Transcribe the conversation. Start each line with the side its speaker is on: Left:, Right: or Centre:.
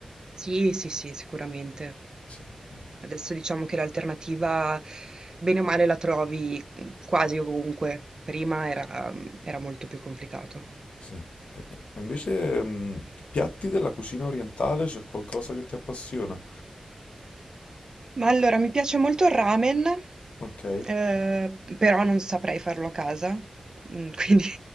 Right: sì, sì, sì, sicuramente.
Left: Sì, eh,
Right: Adesso diciamo che l'alternativa, bene o male, la trovi mm, quasi ovunque. Prima era, era molto più complicato.
Left: sì. E- e Invece, mm, piatti della cucina orientale, c'è qualcosa che ti appassiona?
Right: Ma allora, mi piace molto il ramen.
Left: Ok,
Right: Ehm, però non saprei farlo a casa, mhmm, quindi